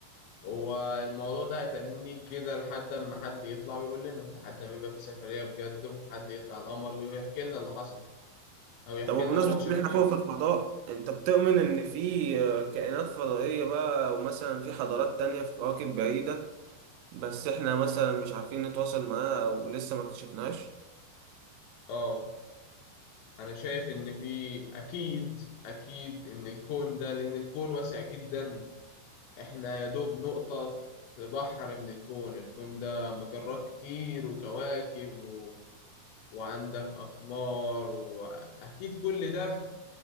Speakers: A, on the left; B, on the right.
A: هو الموضوع ده هيتنيه كده لحد اما حد يطلع ويقول لنا لحد ما يبقى في سفرية بجد وحد يطلع القمر ويحكي لنا اللي حصل او يحكي
B: طب وبمناسبة
A: لنا هو شاف
B: إن إحنا
A: ايه
B: فوق في الفضاء أنت بتؤمن إن في آه، كائنات فضائية بقى ومثلا في حضارات تانية في كواكب بعيدة بس إحنا مثلا مش عارفين نتواصل معاها ولسه ما اكتشفناهاش
A: اه أنا شايف إن في أكيد أكيد إن الكون ده لأن الكون واسع جدا إحنا يا دوب نقطة في بحر من الكون الكون ده مجرات كتير وكواكب و... وعندك أقمار وأكيد كل ده